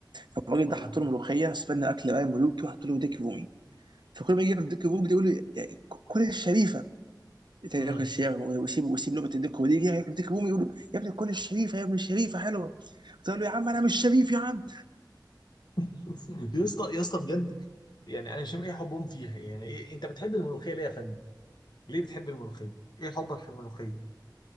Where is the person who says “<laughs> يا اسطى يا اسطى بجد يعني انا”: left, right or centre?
Left